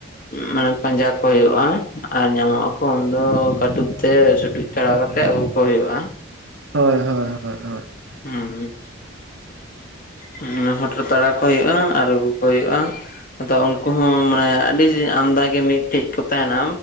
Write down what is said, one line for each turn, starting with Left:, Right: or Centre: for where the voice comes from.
Left: ᱢᱟᱱᱮ ᱯᱟᱸᱡᱟ ᱠᱚ ᱦᱳᱭᱳᱜᱼᱟ ᱟᱨ ᱧᱟᱢᱚᱜ ᱟᱠᱚ ᱩᱱᱫᱚ ᱠᱟᱹᱴᱩᱵ ᱛᱮ ᱥᱩᱴᱩᱡ ᱛᱟᱲᱟᱣ ᱠᱟᱛᱮ ᱟᱹᱜᱩ ᱠᱚ ᱦᱳᱭᱳᱜᱼᱟ᱾
Right: ᱦᱳᱭ ᱦᱳᱭ ᱦᱳᱭ ᱦᱳᱭ᱾
Left: ᱦᱩᱸ ᱦᱩᱸ᱾ ᱦᱩᱸ ᱦᱚᱴᱚᱨ ᱛᱟᱲᱟᱣ ᱠᱚ ᱦᱳᱭᱳᱜᱼᱟ ᱟᱨ ᱟᱹᱜᱩ ᱠᱚ ᱦᱳᱭᱳᱜᱼᱟ ᱟᱫᱚ ᱩᱱᱠᱩ ᱦᱚᱸ ᱢᱟᱱᱮ ᱟᱹᱰᱤ ᱟᱢᱫᱟ ᱜᱮ ᱢᱤᱫᱴᱤᱡ ᱠᱚ ᱛᱟᱦᱮᱸᱱᱟ